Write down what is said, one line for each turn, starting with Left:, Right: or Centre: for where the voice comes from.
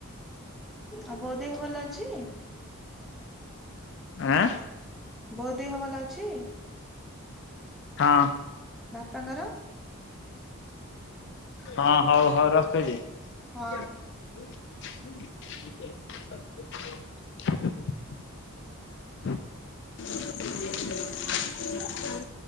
Centre: ଆଉ ବୋଉ ଦେହ ଭଲ ଅଛି?
Left: ଆଁ!
Centre: ବୋଉ ଦେହ ଭଲ ଅଛି?
Left: ହଁ!
Centre: ବାପାଙ୍କର?
Left: ହଁ, ହଉ, ହଉ ରଖୁଛି!
Centre: ହଁ।
Left: <unintelligible> <unintelligible>